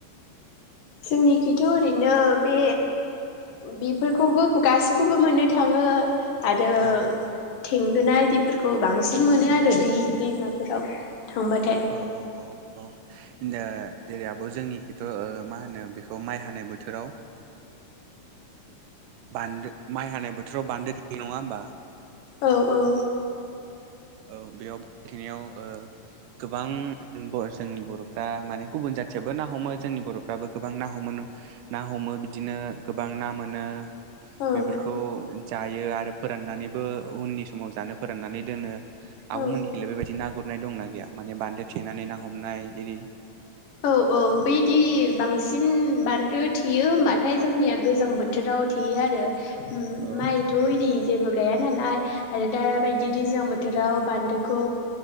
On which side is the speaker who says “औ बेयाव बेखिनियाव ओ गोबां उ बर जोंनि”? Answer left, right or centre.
Right